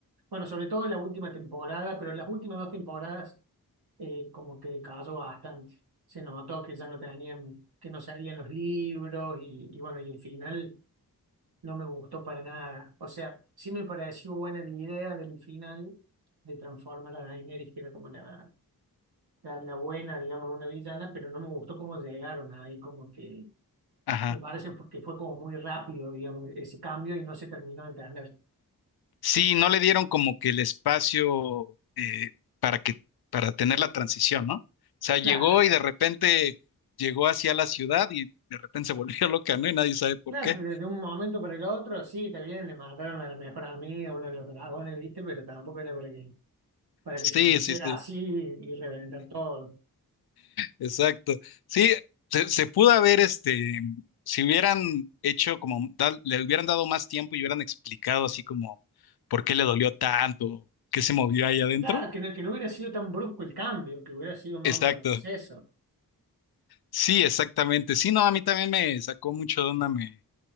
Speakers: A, on the right; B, on the left.
A: bueno, sobre todo en la última temporada, pero en las últimas dos temporadas eh, como que decayó bastante. Se notó que ya no tenían, que no salían los libros y, y bueno, y el final no me gustó para nada. O sea, sí me pareció buena la idea del final de transformar a Daenerys, que era como la, la, la buena, digamos, una villana, pero no me gustó cómo llegaron ahí, como que
B: Ajá.
A: me parece que fue como muy rápido, digamos, ese cambio y no se terminó de entender.
B: Sí, no le dieron como que el espacio eh, para que, para tener la transición, ¿no? O sea, llegó
A: Claro,
B: y de repente llegó hacia la ciudad y de repente se volvió <laughs> loca, ¿no? Y nadie sabe por
A: claro
B: qué.
A: que desde un momento para el otro, sí, también le mataron a la mejor amiga, uno de los dragones, ¿viste? Pero tampoco era para que, para
B: Sí,
A: que se pusiera
B: sí, sí.
A: así y reventar todo.
B: Exacto. Sí, se, se pudo haber, este, si hubieran hecho como, da- le hubieran dado más tiempo y hubieran explicado así como por qué le dolió tanto, qué se movió ahí adentro.
A: Claro, que no, que no hubiera sido tan brusco el cambio, que hubiera sido más
B: Exacto.
A: un proceso.
B: Sí, exactamente. Sí, no, a mí también me sacó mucho de onda, me,